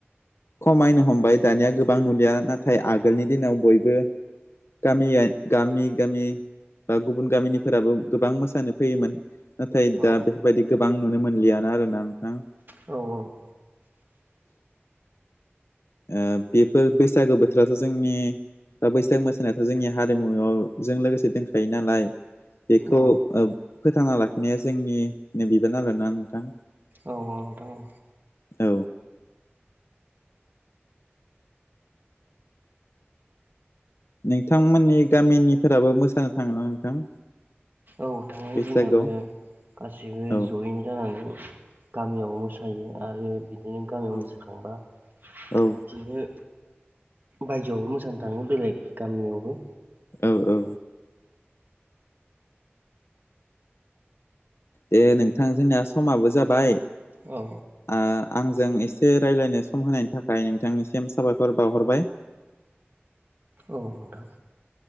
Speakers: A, on the left; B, on the right.
A: खमायनो हमबाय दानिया गोबां नुलिया नाथाय आगोलनि दिनाव बयबो गामि आइ गामि गामि बा गुबुन गामिनिफोराबो गोबां मोसानो फैयोमोन नाथाय
B: औ
A: दा बेफोरबायदि गोबां नुनो मोनलियानो आरोना नोंथां।
B: औ औ।
A: ओ बेफोर बैसागो बोथोराथ' जोंनि दा बैसागो मोसानायाथ' जोंनि हारिमुआव जों लोगोसे दोनखायो नालाय। बेखौ
B: औ
A: ओ फोथांना लाखिनाया जोंनि नो बिबाना् आरोना नोंथां।
B: औ औ औ।
A: औ नोंथांमोननि गामिनिफोराबो मोसानो थाङो ना नोंथां?
B: औ थांङो
A: बैसागोआव
B: जोंनियाबो। गासिबो
A: औ
B: जयेन जानानै गामियाव मोसायो आरो बि बिदिनो गामियाव
A: औ
B: मोसोखांबा
A: औ
B: इदिनो बायजोआवबो मोसानो थाङो बेलेग गामियावबो।
A: औ औ। दे नोंथां जोंनिया समाबो जाबाय।
B: औ।
A: ओ आंजों एसे रायज्लायनो सम होनायनि थाखाय नोंथांनिसिम साबायखर बावहरबाय।
B: औ नोंथां।